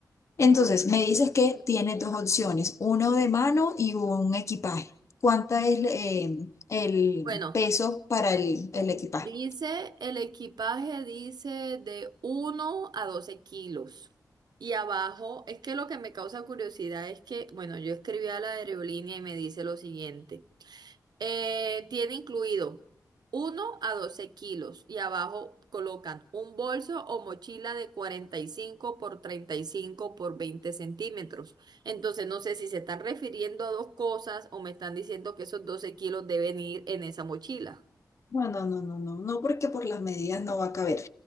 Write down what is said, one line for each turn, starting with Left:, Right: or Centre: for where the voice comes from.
Left: Entonces me dices que tienes dos opciones, uno de mano y un equipaje. ¿Cuánta es eh, el
Right: Bueno,
Left: peso para el, el equipaje?
Right: dice el equipaje, dice de uno a 12 kilos. Y abajo, es que lo que me causa curiosidad es que, bueno, yo escribí a la aerolínea y me dice lo siguiente. Eh, tiene incluido uno a 12 kilos y abajo colocan un bolso o mochila de 45 por 35 por 20 centímetros. Entonces no sé si se están refiriendo a dos cosas o me están diciendo que esos 12 kilos deben ir en esa mochila.
Left: Bueno, no, no, no, no, no, porque por las medidas no va a caber.